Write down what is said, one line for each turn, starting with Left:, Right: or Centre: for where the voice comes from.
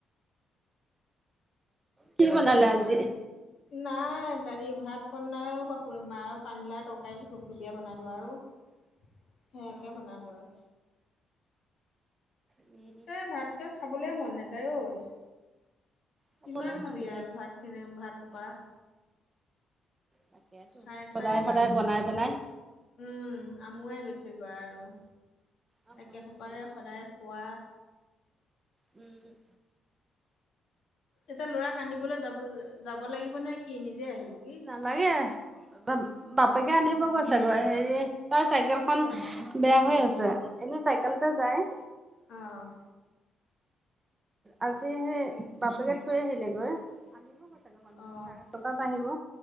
Right: কি বনালে আজি?
Left: নাই দালি ভাত বনাই <unintelligible> পানীলাও তৰকাৰী থূপ থূপীয়া বনালোঁ আৰু। সেয়াকে
Right: অ',
Left: বনালোঁ আৰ।
Right: উম।
Left: এ, ভাতকৈ খাবলৈ মন নাযায় ঐ।
Right: খাবলে
Left: কিমান খাবি
Right: মন নাযায়।
Left: আৰু ভাত খিনি ভাত সোপা।
Right: তাকেতো।
Left: খাই
Right: সদায়
Left: খাই একে
Right: সদায়
Left: আমুৱা
Right: বনাই
Left: গৈছে।
Right: বনাই।
Left: উম, আমুৱাই গৈছেগৈ আৰু,
Right: আমুৱাই
Left: একে
Right: গৈছেগৈ।
Left: সোপাকে সদায় খোৱা।
Right: উম।
Left: ইতা ল'ৰাক আনিবলৈ যাব যাব লাগিব নে কি নিজে আহিব সি।
Right: লাগে, বা বাপেকে আনিব গৈছে গৈ হেৰি তাৰ চাইকেলখন বেয়া হৈ আছে, এনে চাইকেলতে যায়।
Left: অ'।
Right: আজি সেই বাপেকে থৈ আহিলেগৈ। আনিব কৈছাগে? সন্ধিয়া
Left: অ
Right: চাৰে ছটাত আহিব।